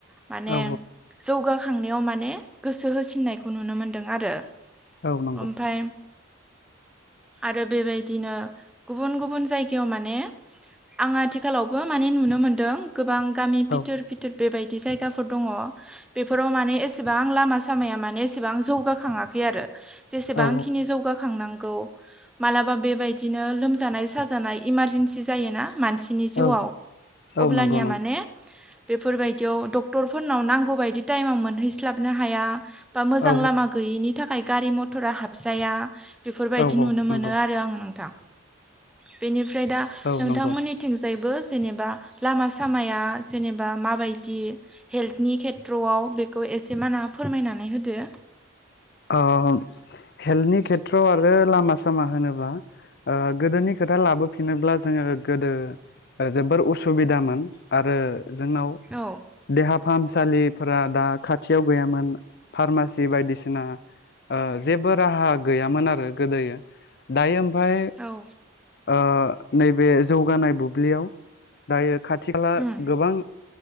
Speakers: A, in the centre; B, on the left.
A: माने
B: औ
A: जौगा खांनायाव माने गोसो होसिननायखौ नुनो मोन्दों आरो
B: औ नंगौ
A: ओमफाय आरो बेबायदिनो गुबुन गुबुन जायगायाव माने आं आथिखालावबो माने नुनो मोनदों गोबां गामि फिथोर
B: औ
A: फिथोर बेबाय बिदि जायगाफोर दङ बेफोराव माने एसेबां लामा सामाया माने एसेबां जौगाखाङाखै आरो जेसेबांंखिनि
B: औ
A: जौगाखांनां गौ मालाबा बेबायदिनो लोमजानाय साजानाय इमारजेन्सि जायोना मानसिनि जिउआव
B: औ औ
A: अब्लानिया
B: नंगौ नंगौ
A: माने बेफोरबायदियाव डक्टरफोरनाव नांगौ बायदि टाइमाव मोनहैस्लाबनो हाया बा मोजां
B: औ
A: लामा गैयिनि थाखाय गारि मथरा हाबजाया बेफोरबायदि
B: औ
A: नुनो मोनो
B: नंगौ
A: आरो आङो नोंथां बेनि फ्राय दा
B: औ
A: नोंथांमोननिथिंजायबो
B: नंगौ
A: जेनेबा लामा सामाया जेनेबा माबायदि हेल्थनि खेथ्र'आव बेखौ एसे माना फोरमायनानै होदो
B: आ हेल्थनि खेथ्र'आव आरो लामा सामा होनोबा ओ गोदोनि खोथा लाबोफिनोब्ला जोङो गोदो जोबोर उसुबिदामोन आरो जोंनाव
A: औ
B: देहा फाहामसालिफोरा दा खाथियाव गैयामोन फारमासि बायदिसि ना ओ जेबो राहा गैयामोन आरो गोदोयो दायो ओमफाय
A: औ
B: ओ नैबे जौगानाय बुब्लियाव दायो खाथि खाला
A: उम
B: गोबां